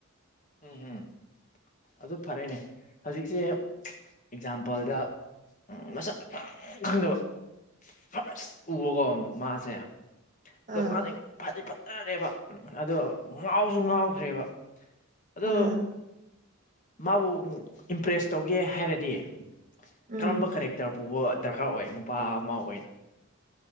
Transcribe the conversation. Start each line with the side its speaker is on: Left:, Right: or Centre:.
Left: ꯎꯝ ꯍꯝ ꯑꯗꯨ ꯐꯔꯦꯅꯦ ꯍꯧꯖꯤꯛꯁꯦ ꯑꯦꯛꯖꯥꯝꯄꯜꯗ ꯃꯁꯛ ꯃꯌꯥꯝ ꯈꯪꯗꯕ ꯐꯔꯁ ꯎꯕꯀꯣ ꯃꯥꯁꯦ ꯑꯗꯣ
Right: ꯑꯥ
Left: ꯃꯥꯁ ꯐꯗꯤ ꯐꯖꯔꯦꯕ ꯑꯗꯣ ꯉꯥꯎꯁꯨ ꯉꯥꯎꯈ꯭ꯔꯦꯕ ꯑꯗꯣ
Right: ꯎꯝ
Left: ꯃꯥꯕꯨ ꯏꯝꯄ꯭ꯔꯦꯁ ꯇꯧꯒꯦ ꯍꯥꯏꯔꯗꯤ
Right: ꯎꯝ
Left: ꯀꯔꯝꯕ ꯀꯦꯔꯦꯛꯇꯔ ꯄꯨꯥꯎꯕ ꯗꯔꯀꯥꯔ ꯑꯣꯏ ꯅꯨꯄꯥ ꯑꯃ ꯑꯣꯏꯅ